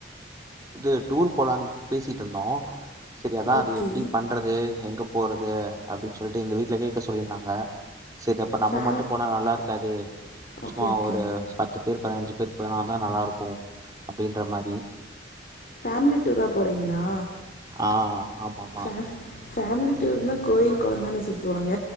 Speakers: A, on the right; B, on the left.
A: இது டூர் போலனு பேசிட்டு இருந்தோம் சரி அதான் அது
B: ஓகே
A: எப்படி பண்றது எங்க போறது அப்படின்னு சொல்லிட்டு எங்க வீட்டு்ல கேட்க சொல்லியிருந்தாங்க சரி அப்ப நம்ம
B: ஃபே
A: மட்டும் போனா நல்லா இருக்காது
B: ஓகே
A: சும்மா
B: ஓகே
A: ஒரு பேர் பதினஞ்சு பேர் போனா தான் நல்லா இருக்கும் அப்படின்ற மாதிரி
B: ஃபேமிலி டூரா போறீங்களா
A: ஆஹ் ஆமா மா
B: ஃபே ஃபேமிலி டூர்னா கோயில் குளந்தானே சுத்துவாங்க